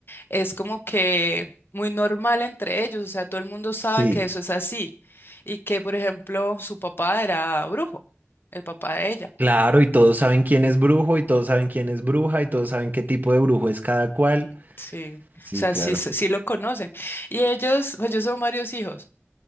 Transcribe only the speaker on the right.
Sí,
claro, y todos saben quién es brujo, y todos saben quién es bruja, y todos saben qué tipo de brujo es cada cual.
Sí,
claro.